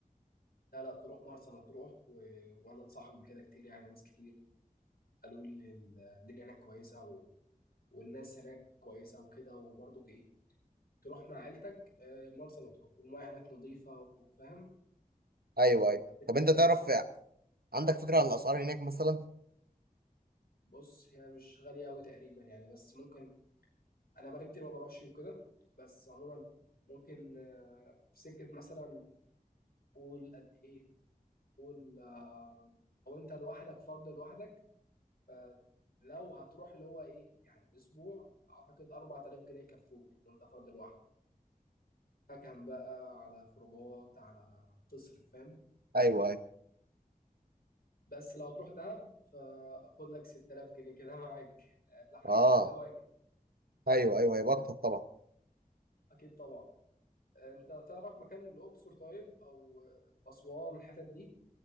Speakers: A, on the left; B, on the right.
A: لا لا تروح مرسى مطروح و... وانا انصحك بكده كتير يعني ناس كتير قالوا لي ال- الدنيا هناك كويسه و... والناس هناك كويسه وكده وبرضه ايه تروح مع عيلتك آه، مرسى مطروح والمياه هناك نظيفه وفاهم
B: ايوه ايوه
A: البتاعة
B: طب انت
A: كويسة
B: تعرف
A: خالص
B: عندك فكره عن الاسعار هناك مثلا
A: بص هي مش غالية أوي تقريبا يعني بس ممكن أنا بقالي كتير ما بروحش وكده بس عموما ممكن آه، في سكة مثلا قول قد إيه قول آه، أو أنت لوحدك فرد لوحدك فلو هتروح اللي هو إيه يعني أسبوع أعتقد 4000 جنيه يكفوك وأنت فرد لوحدك فكهم بقى على خروجات على تصرف فاهم
B: ايوه ايوه
A: بس لو تروح دهب فخد لك 6000 جنيه كده <laughs> معاك آه، لحاجة
B: اه
A: يعني لو واجب
B: ايوه ايوه هيبقى اكتر طبعا
A: أكيد طبعا انت تعرف مكان الاقصر طيب او اسوان الحتت دي